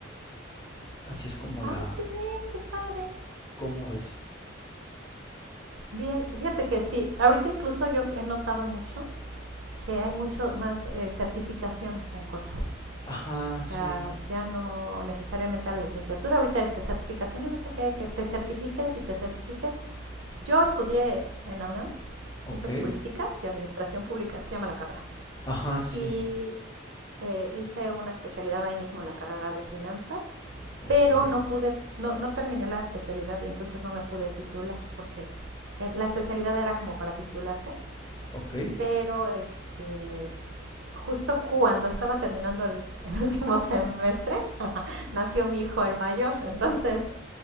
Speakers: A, on the left (about 20°); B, on the right (about 75°).
A: Así es como
B: Ah,
A: la,
B: qué bien, qué padre.
A: ¿cómo ves?
B: Bien, fíjate que sí, ahorita incluso yo he notado mucho que hay mucho más eh, certificaciones en cosas.
A: Ajá,
B: O sea,
A: sí,
B: ya no necesariamente a la licenciatura, ahorita es que certificaciones, no sé qué, que te certifiques y te certifiques. Yo estudié en la UNAM
A: ok.
B: Ciencias Políticas y Administración Pública, se llama la carrera.
A: Ajá, sí,
B: Y eh, hice una especialidad ahí mismo en la carrera de finanzas,
A: ok,
B: pero no pude, no, no terminé la especialidad y entonces no me pude titular porque eh, la especialidad era como para titularte
A: ok,
B: pero este, justo cuando estaba terminando el, el último semestre, <laughs> nació mi hijo el mayor, entonces